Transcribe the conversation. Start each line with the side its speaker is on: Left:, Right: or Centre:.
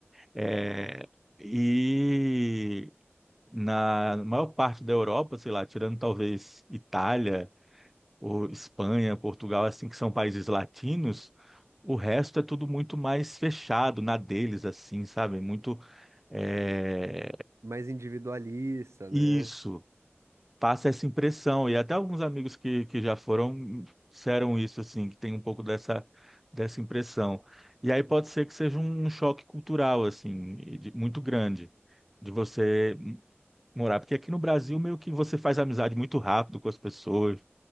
Centre: É, e na maior parte da Europa, sei lá, tirando talvez Itália ou Espanha, Portugal, assim, que são países latinos, o resto é tudo muito mais fechado na deles, assim, sabe? Muito é,
Right: Mais individualista, né?
Centre: isso, passa essa impressão. E até alguns amigos que, que já foram disseram isso, assim, que tem um pouco dessa, dessa impressão. E aí pode ser que seja um choque cultural, assim, e de- muito grande, de você morar. Porque aqui no Brasil, meio que você faz amizade muito rápido com as pessoas,